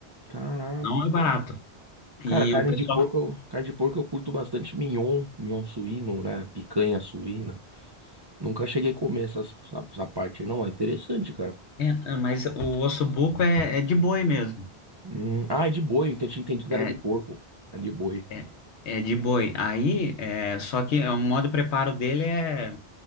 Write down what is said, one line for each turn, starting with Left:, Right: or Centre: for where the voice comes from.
Right: Caraca,
Left: Não é
Right: pô.
Left: barato.
Right: Cara,
Left: E
Right: carne
Left: o pessoal.
Right: de porco, eu- carne de porco eu curto bastante mignon, mignon suíno, né? Picanha suína. Nunca cheguei a comer essa, essa, essa parte aí. Não, é interessante, cara.
Left: é, é, mas o ossobuco é, é de boi mesmo.
Right: Hum, Ah, é de boi. Eu tinha entendido que
Left: É,
Right: era de porco. É de boi.
Left: é, é de boi. Aí, é, só que é, o modo de preparo dele é,